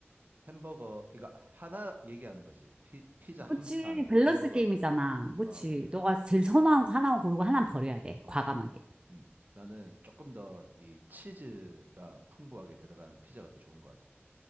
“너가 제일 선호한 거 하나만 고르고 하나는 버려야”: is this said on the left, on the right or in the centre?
Right